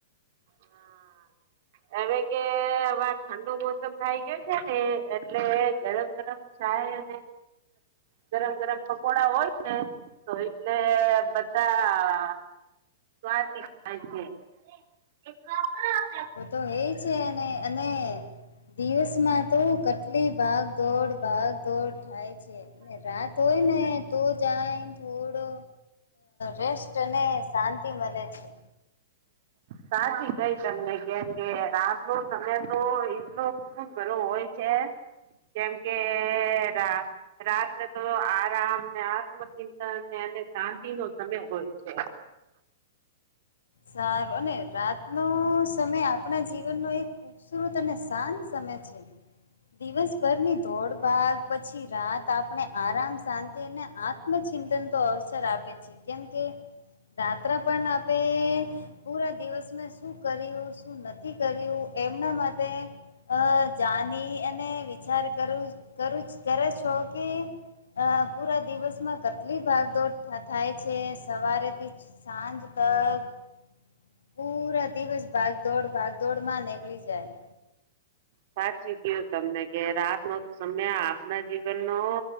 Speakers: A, on the right; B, on the left.
A: હા. હવે કે હવે ઠંડુ મોસમ થાય ગયો છે ને એટલે ગરમ ગરમ ચાય ગરમ ગરમ પકોડા હોય ને તો એટલે બધા છે
B: તો તો હે છેને અને દિવસમાં તો કેટલી ભાગ દોડ ભાગ દોડ થાય છે અને રાત હોય ને તો જાયને થોડો રેસ્ટ અને શાંતિ મળે છે
A: સાચી કઈ તમને કેમ કે રાત નો સમય તો એટલો ઘણ હોય છે જેમ કે રા રાત્રે તો આરામ ને આત્મચિંતન ને અને શાંતિ નો સમય હોય છે
B: સારું અને રાતનો સમય આપણા જીવનનો એક સુરત ને શાંત સમય છે દિવસભરની ધોડ બાાગ પછી રાત આપણે આરામ શાંતિને આ ચિંતન તો અવસર આપે છે કેમ કે રાત્ર પણ આપે પૂરા દિવસમાં શું કર્યું શું નથી કર્યું એમના માટે અ જાની અને વિચાર કરું કરું કરે છો કે હ પૂરા દિવસમાં કેટલી ભાગદોડ થાય છે. સવારેથી સાંજ તક પૂરા દિવસ ભાગ દોડ ભાગ દોડ માં નીકળી જાય.
A: સાચી કું તમને કે રાત નો તો સમય આપના જીવન નો